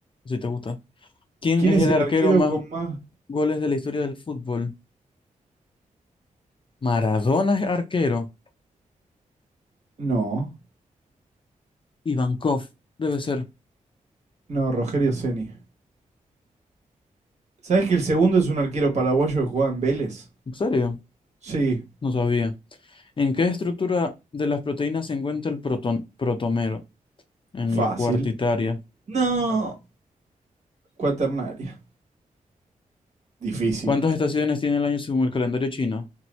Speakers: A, on the left; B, on the right.
A: si te gusta. ¿Quién
B: ¿Quién
A: es
B: es
A: el
B: el
A: arquero
B: arquero
A: más
B: con más...?
A: goles de la historia del fútbol? Maradona es arquero.
B: No,
A: Ivankov debe ser.
B: no, Rogerio Ceni. ¿Sabes que el segundo es un arquero paraguayo que juega en Vélez?
A: ¿En serio?
B: Sí,
A: No sabía. ¿En qué estructura de las proteínas se encuentra el proton- protomero? En
B: fácil.
A: la cuartitaria.
B: No. Cuaternaria. Difícil.
A: ¿Cuántas estaciones tiene el año según el calendario chino?